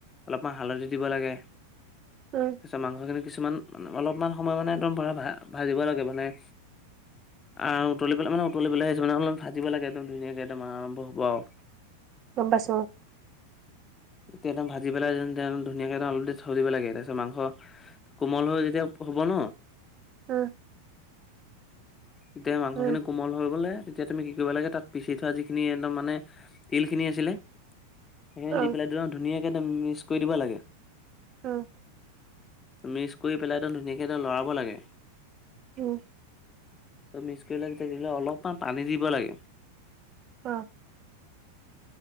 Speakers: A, on the left; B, on the right.
A: অলপমান হালধি দিব লাগে।
B: উম।
A: তাৰপিছত মাংসখিনি কিছুমান অলপমান সময় মানে তোৰ পোৰা ভা ভাজিব লাগে মানে। আৰু উতলিবলে মানে, উতলিবলেহে আহিছে মানে অলপ ভাজিব লাগে একদম ধুনীয়াকে একদম আৰম্ভ হ'ব আও।
B: গম পাইছো।
A: তেতিয়া একদম ভাজি পেলাই ধুনীয়াকে তুলি থৈ দিব লাগে তাৰপিছত মাংস কোমল হৈ যেতিয়া হ'ব ন
B: উম।
A: তেতিয়া মাংসখিনি
B: উম
A: কোমল হৈ গ'লে তেতিয়া তুমি কি কৰিব লাগে, তাত পিচি থোৱা যিখিনি একদম মানে তিলখিনি আছিলে সেইখিনি
B: অ
A: দি পেলাই একদম ধুনীয়াকে একদম মিক্স কৰি দিব লাগে।
B: উম।
A: মিক্স কৰি পেলাই একদম ধুনীয়াকে একদম লৰাব লাগে।
B: উম।
A: চব মিক্স কৰি লৈ তেতিয়া দিলে অলপমান পানী দিব লাগে।
B: অ।